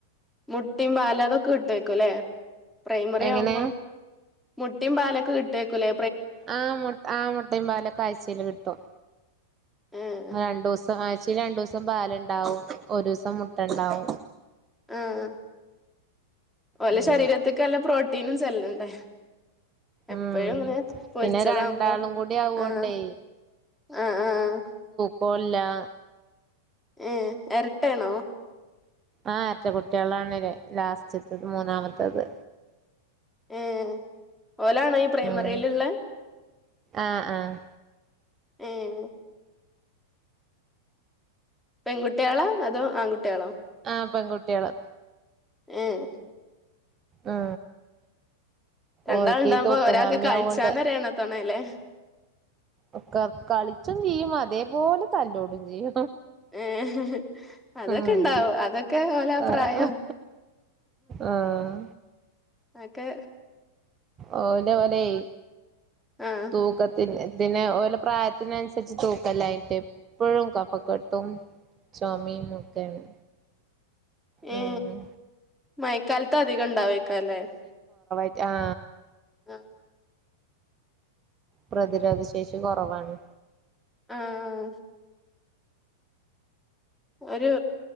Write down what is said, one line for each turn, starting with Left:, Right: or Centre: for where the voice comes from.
Centre: മുട്ടയും പാലും അതൊക്കെ കിട്ടുവായ്ക്കൂല്ലേ. പ്രൈമറി
Right: എങ്ങനെ
Centre: ആവുമ്പം മു മുട്ടയും പാലൊക്കെ കിട്ടുവായ്ക്കുല്ലേ.
Right: ആ മു ആ മുട്ടയും പാലൊക്കെ ആഴ്ചയില് കിട്ടും.
Centre: ഏഹ്
Right: രണ്ടോസം ആ ഴ്ചയില് രണ്ടു ദിവസം പാലുണ്ടാവും ഒരു ദിവസം മുട്ട ഉണ്ടാവും.
Centre: മ്മ് ഓല
Right: അങ്ങനെ
Centre: ശരീരത്തേക്ക് നല്ല പ്രോ തിനും ചെല്ലണ്ടേ. എപ്പഴും
Right: ഉം
Centre: ഇങ്ങനെ പൊരിച്ചതാവുമ്പോ
Right: പിന്നെ രണ്ടാളും കൂടി ആവോണ്ടേ
Centre: ആഹ് ആഹ് ആഹ്.
Right: കോല്ലാ.
Centre: ഏഹ് എരട്ടയാണോ?
Right: ആ എരട്ട കുട്ടികളാണിലേ ലാസ്റ്റത്തത് മൂന്നാമത്തത്
Centre: മ്മ് ഓലാണോ ഈ പ്രൈമറിയിലുള്ളെ?
Right: ഉം ആഹ് ആഹ്
Centre: ഊം പെങ്കുട്ടികളാ അതോ ആങ്കുട്ടികളോ
Right: ആ പെങ്കുട്ടികള്
Centre: ഉം
Right: ആ
Centre: രണ്ടാള്ണ്ടാവുമ്പോ
Right: ഓൾക്കേ തൂക്കം
Centre: ഒരാക്ക്
Right: കമ്മിയാവോണ്ട്
Centre: കളിച്ചാനൊരു എണത്തോണല്ലേ
Right: ഒ കളിച്ചും ചെയ്യും അതേ മോല് തല്ലൂടും ചെയ്യും.
Centre: ഈ ഹി ഹി അതൊക്കെ
Right: ഉം
Centre: ഉണ്ടാവും അതൊക്കെ ഓല ആ
Right: ആഹ്
Centre: പ്രായം
Right: ആഹ്
Centre: ഓക്കെ
Right: ഓലോലെയ്
Centre: ആഹ്
Right: തൂക്കത്തില്ലേ അതിനെ ഓലെ പ്രായത്തിനനുസരിച്ച് തൂക്കല്ലായിട്ട് എപ്പഴും കഫക്കെട്ടും ചൊമേം ഒക്കെയാണ്
Centre: ഏ
Right: ഉം
Centre: മയക്കാലത്ത് അധികം ഉ ണ്ടാവേക്കാല്ലേ
Right: യാ
Centre: അ
Right: പ്രതിരോധ ശേഷി കൊറവാണ്
Centre: ആ ആ ആ ഒരു